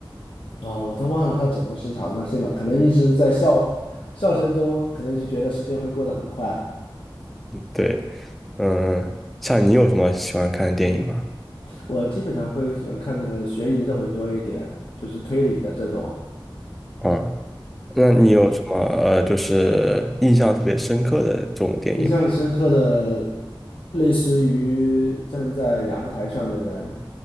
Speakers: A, on the left; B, in the centre.
A: 啊、我都忘了它整个时长了，信了，可能一直在笑笑声中，可能就觉得时间会过得很快。
B: 对，嗯，像你有什么喜欢看的电影吗？
A: 我基本上会喜欢看那个悬疑的会多一点，就是推理的这种。
B: 啊，那你有什么呃，
A: 嗯，
B: 就是印象特别深刻的这种电影吗？
A: 印象深刻的，类似于站在阳台上的人，